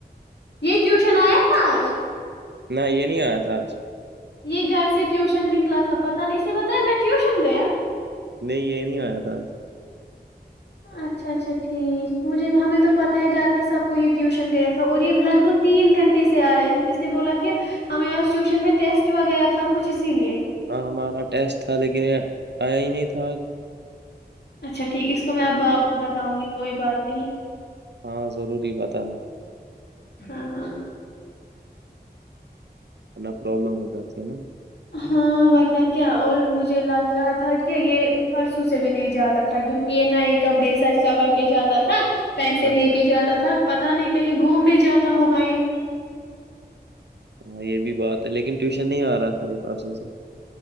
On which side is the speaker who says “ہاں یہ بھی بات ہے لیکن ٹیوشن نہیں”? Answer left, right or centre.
Right